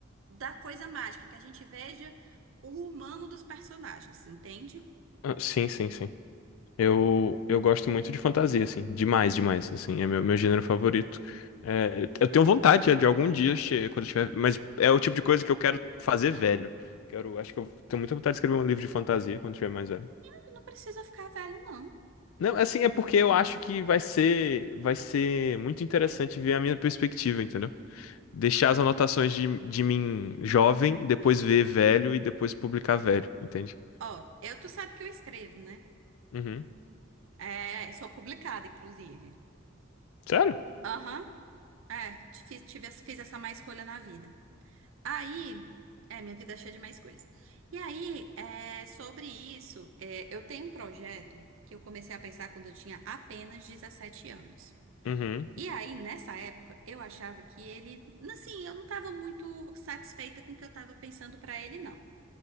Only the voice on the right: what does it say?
da coisa mágica, que a gente veja o humano dos personagens, entende?
Tu não precisa ficar velho, não.
Ó, eu tu sabe que eu escrevo, né?
É, sou publicada, inclusive.
Aham, é, ti- fiz, tive, essa- fiz essa má escolha na vida. Aí, é, minha vida é cheia de má escolhas. E aí, é, sobre isso, é, eu tenho um projeto que eu comecei a pensar quando eu tinha apenas 17 anos.
E aí, nessa época, eu achava que ele, assim, eu não estava muito satisfeita com o que eu estava pensando para ele, não.